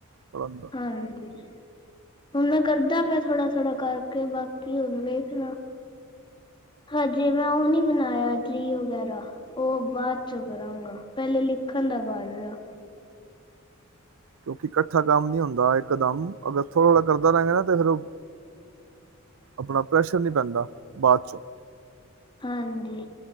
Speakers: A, on the right; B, on the left.
A: ਪੜ੍ਹਨ ਦਾ
B: ਹਾਂਜੀ। ਹੁਣ ਮੈਂ ਕਰਦਾਂ ਪਿਆਂ ਥੋੜਾ ਥੋੜਾ ਕਰਕੇ, ਬਾਕੀ ਹੁਣ ਵੇਖਣਾ। ਹਜੇ ਮੈਂ ਉਹ ਨੀ ਬਣਾਇਆ, ਟਰੀ ਵਗੈਰਾ। ਉਹ ਬਾਦ ਚੋ ਕਰਾਂਗਾ। ਪਹਿਲੇ ਲਿਖਣ ਦਾ ਕਰ ਰਿਆ।
A: ਕਿਉਂਕਿ ਕੱਠਾ ਕੰਮ ਨੀ ਹੁੰਦਾ ਇਕਦਮ ਅਗਰ ਥੋੜਾ ਥੋੜਾ ਕਰਦਾ ਰਹੇਂਗਾ ਤੇ ਫਿਰ ਓਹ ਆਪਣਾ ਪ੍ਰੈਸ਼ਰ ਨੀ ਪੈਂਦਾ ਬਾਅਦ ਚੋਂ।
B: ਹਾਂਜੀ।